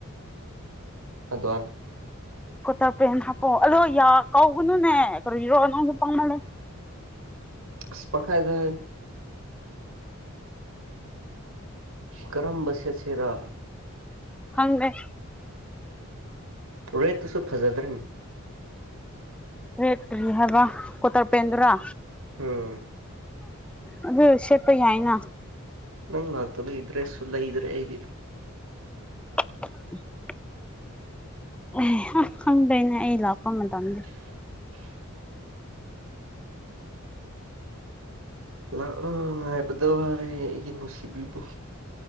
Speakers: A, on the right; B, in the centre.
A: ꯑꯗꯨꯛ ꯌꯝ
B: ꯀꯣꯇꯥꯔ ꯄꯦꯟ ꯍꯥꯞꯄꯛꯑꯣ ꯑꯗꯣ ꯌꯥ ꯀꯧꯒꯅꯨꯅꯦ ꯀꯣ ꯏꯔꯣ ꯅꯪꯁꯨ ꯄꯥꯡꯃꯜꯂꯦ
A: ꯑꯁ ꯄꯔꯥꯏꯖꯦ ꯀꯔꯝꯕ ꯁꯦꯠꯁꯤꯔ
B: ꯈꯪꯗꯦ
A: ꯔꯦꯠꯇꯨꯁꯨ ꯐꯖꯗ꯭ꯔꯅꯤ
B: ꯔꯦꯠ ꯀꯔꯤ ꯍꯥꯏꯕ ꯀꯣꯇꯔ ꯄꯦꯟꯗꯨꯔꯥ꯫
A: ꯎꯝ
B: ꯑꯗꯨ ꯁꯦꯠꯄ ꯌꯥꯏꯅ
A: ꯅꯪ ꯂꯥꯛꯇꯕ ꯗꯔꯦꯁ ꯁꯨꯂꯩꯗꯔꯦ ꯑꯩꯗꯤ
B: <inaudible> ꯑꯦ ꯈꯪꯗꯣꯏꯅꯦ ꯑꯩ ꯂꯥꯛꯄ ꯃꯇꯝꯗ
A: <unintelligible> ꯂꯥꯛꯑꯣ ꯉꯥꯏꯕꯗ ꯋꯥꯔꯦ ꯑꯩꯒꯤ ꯅꯨꯡꯁꯤꯕꯤꯕꯨ꯫